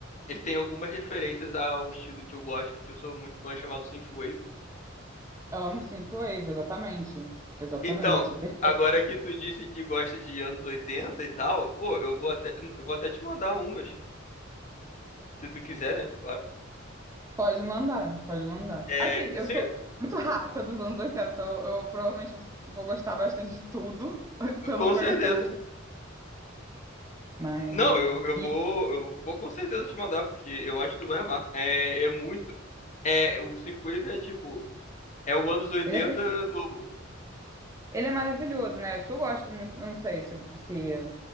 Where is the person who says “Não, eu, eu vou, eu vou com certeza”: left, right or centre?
Left